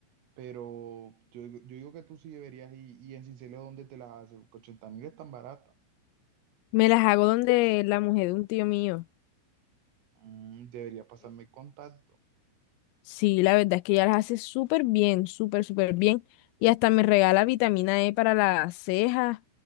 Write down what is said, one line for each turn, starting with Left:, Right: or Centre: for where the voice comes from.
Right: Pero yo, digo- yo digo que tú sí deberías ir y en Sincelejo, ¿dónde te las haces? Porque ochenta mil es tan barata.
Left: Me las hago donde la mujer de un tío mío.
Right: Mm, deberías pasarme el contacto.
Left: Sí, la verdad es que ella las hace súper bien, súper, súper bien. Y hasta me regala vitamina E para las cejas